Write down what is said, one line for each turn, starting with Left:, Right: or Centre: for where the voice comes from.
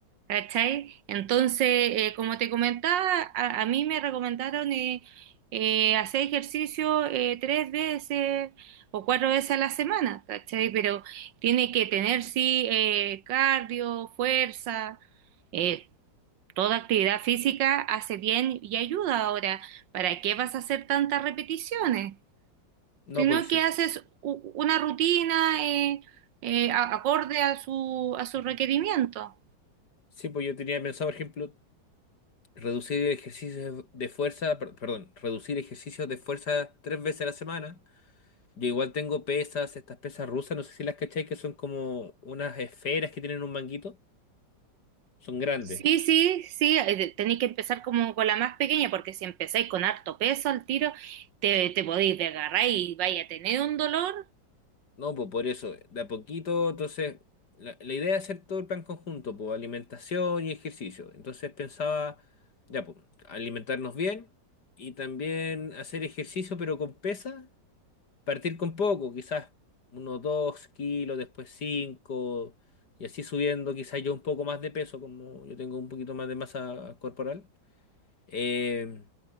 Right: ¿Cachai? Entonces, eh, como te comentaba, a, a mí me recomendaron eh, eh, hacer ejercicio eh, tres veces o cuatro veces a la semana, ¿cachai? Pero tiene que tener, sí, eh, cardio, fuerza, eh, toda actividad física hace bien y ayuda ahora. ¿Para qué vas a hacer tantas repeticiones?
Left: No,
Right: Sino
Left: pues sí,
Right: que haces u- una rutina eh, eh, a- acorde a su, a su requerimiento.
Left: sí, pues yo tenía pensado, por ejemplo, reducir ejercicios de fuerza, per- perdón, reducir ejercicios de fuerza tres veces a la semana. Yo igual tengo pesas, estas pesas rusas, no sé si las cachai, que son como unas esferas que tienen un manguito. Son grandes.
Right: Sí, sí, sí, eh, de- tenéis que empezar como con la más pequeña, porque si empezáis con harto peso al tiro, te, te podéis desgarrar y vais a tener un dolor
Left: No, pues por eso, de a poquito, entonces, la, la idea es hacer todo el plan conjunto, pues alimentación y ejercicio. Entonces pensaba, ya, pues, alimentarnos bien y también hacer ejercicio, pero con pesa, partir con poco, quizás unos 2 kilos, después 5 y así subiendo, quizás yo un poco más de peso, como yo tengo un poquito más de masa corporal. Eh,